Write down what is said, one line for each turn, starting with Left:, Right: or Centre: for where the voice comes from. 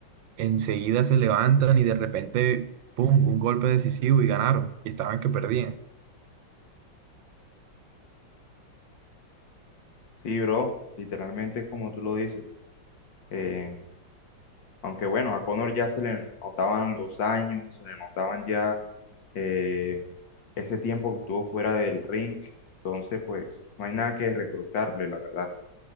Right: enseguida se levantan y de repente, ¡pum!, un golpe decisivo y ganaron. Y estaban que perdían.
Left: Sí, bro. Literalmente es como tú lo dices. Eh, aunque bueno, a Conor ya se le notaban los años, se le notaban ya eh, ese tiempo que estuvo fuera del ring. Entonces, pues, no hay nada que reprocharle, la verdad.